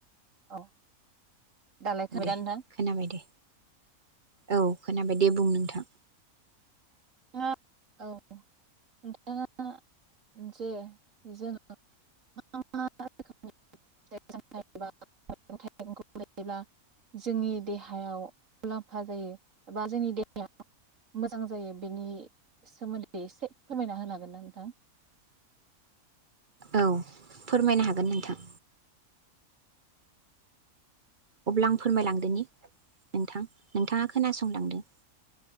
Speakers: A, on the right; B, on the right.
A: औ दालाय खाबाय
B: दे
A: दा नोंथां
B: खोनाबाय दे औ खोनाबाय दे बुं नोंथां।
A: ना औ नोंथाङा जे जोङो मा मा रोखोमनि एबा मैगं थाइगंखौ लायोब्ला जोंनि देहायाव मुलाम्फा जायो एबा जोंनि देहाया मोजां जायो। बेनि सोमोन्दै एसे फोरमायना होनो हागोन ना नोंथां।
B: औ फोरमायनो हागोन नोंथां। अब्ला आं फोरमायलांदोनि नोंथां नोंथाङा खोनासंलांदो।